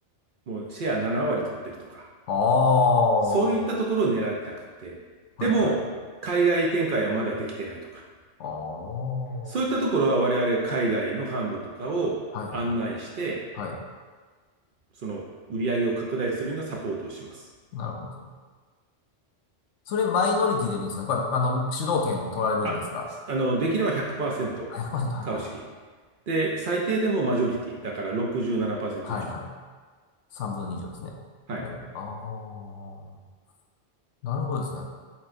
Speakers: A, on the right; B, on the left.
A: もうシェア7割取ってるとか、
B: ああ、
A: そういったところを狙いたくて、
B: は
A: でも、
B: いはいはい。
A: 海外展開はまだできてないとか。
B: ああ、は
A: そういったところは我々海外の販路とかを案内して、
B: いはい。はい。
A: その売り上げを拡大するようなサポートをします。
B: なるほどですね。それマイノリティでもいいんですかやっぱり、あの、主導権取られるんですか
A: あ、あの、できれば100%
B: ?100%、はいは
A: 株式。で、最低でもマジョリティ。だから67%
B: いはい。
A: 以上。
B: はいはい。3分の2以上ですね。
A: はい。
B: いわゆる。ああ、なるほどですね。